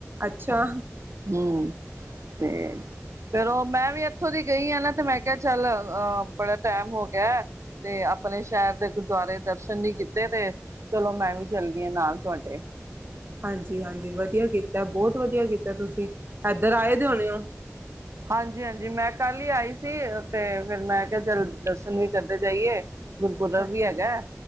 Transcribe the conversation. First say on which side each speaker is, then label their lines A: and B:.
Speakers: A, on the right (about 45°); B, on the right (about 70°).
A: ਅੱਛਾ।
B: ਹਮ ਤੇ‌ ਚਲੋ ਮੈਂ ਵੀ ਇੱਥੋਂ ਦੀ ਗਈ ਆ ਨਾ ਤੇ ਮੈਂ ਕਿਹਾ ਚੱਲ ਅਹ ਬੜਾ ਟੈਮ ਹੋ ਗਿਆ ਐ। ਤੇ ਆਪਣੇ ਸ਼ਹਿਰ ਦੇ ਗੁਰਦੁਆਰੇ ਦਰਸ਼ਨ ਨੀ ਕੀਤੇ ਤੇ ਚਲੋ ਮੈਂ ਵੀ ਚੱਲਦੀ ਆ ਨਾਲ ਤੁਹਾਡੇ
A: ਹਾਂਜੀ-ਹਾਂਜੀ। ਵਧੀਆਂ ਕੀਤਾ ਬਹੁਤ ਵਧੀਆਂ ਕੀਤਾ ਤੁਸੀ ਇੱਧਰ ਆਏ ਦੇ ਹੋਣੇ ਹੋ।
B: ਹਾਂਜੀ-ਹਾਂਜੀ। ਮੈਂ ਕੱਲ੍ਹ ਈ ਆਈ ਸੀ ਤੇ ਫਿਰ ਮੈਂ ਕਿਹਾ ਚੱਲ ਦਰਸ਼ਨ ਵੀ ਕਰਦੇ ਜਾਈਏ। ਗੁਰਪੁਰਬ
A: ਹਾਂਜੀ
B: ਵੀ ਹੈਗਾ